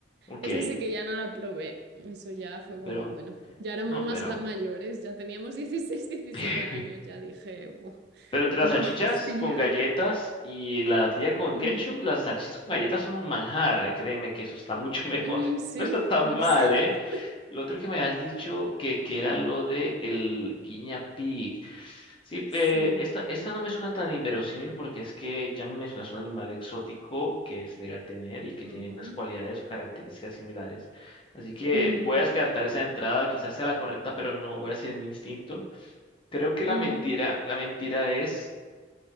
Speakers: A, on the left (about 25°); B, on the right (about 55°).
A: Ok,
B: Esa sí que ya no la probé. Eso ya fue como,
A: pero
B: bueno, ya éramos
A: no,
B: más
A: pero.
B: ga- mayores, ya teníamos <laughs> 16 17
A: <laughs>
B: años, ya dije, "Buah,
A: Pero entre las
B: no,
A: salchichas
B: <laughs> estoy
A: con galletas y la natilla con
B: Mm,
A: ketchup, las salchichas con galletas son un manjar, eh, Créeme que eso está mucho
B: mm,
A: <laughs> mejor.
B: sí,
A: No está tan
B: no
A: mal,
B: sé.
A: ¿eh?
B: <laughs>
A: Lo otro que me has dicho que, que era lo de el guinea pig. Sí,
B: Sí.
A: eh, esta, esta no me suena tan inverosímil porque es que ya me mencionas un animal exótico que es legal tener y que
B: Ujú.
A: tiene unas cualidades o características similares. Así que
B: Mm,
A: voy a descartar esa entrada, quizás sea la correcta, pero no voy a seguir mi instinto. Creo que
B: ujú.
A: la mentira, la mentira es.